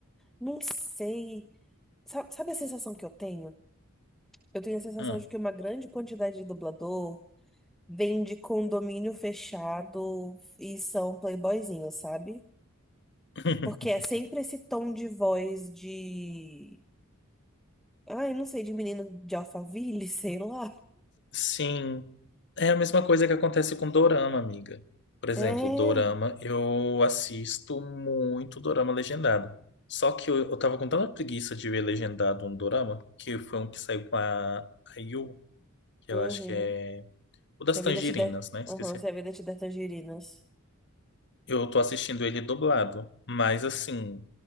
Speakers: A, in the centre; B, on the left.
A: Não sei. Sa- Sabe a sensação que eu tenho? Eu tenho a sensação
B: Ah.
A: de que uma grande quantidade de dublador vem de condomínio fechado e são playboyzinhos, sabe?
B: <laughs>
A: Porque é sempre esse tom de voz de. Ai, não sei, de menino de Alphaville, <laughs> sei lá.
B: Sim, é a mesma coisa que acontece com dorama, amiga. Por exemplo,
A: É.
B: dorama, eu assisto muito dorama legendado. Só que eu, eu tava com tanta preguiça de ver legendado um dorama, que foi um que saiu com a, a Yu, que
A: Uhum.
B: eu acho que é o das
A: Se a
B: tangerinas,
A: vida te der.
B: né? Esqueci.
A: Uhum, se a vida te der tangerinas.
B: Eu tô assistindo ele dublado, mas assim,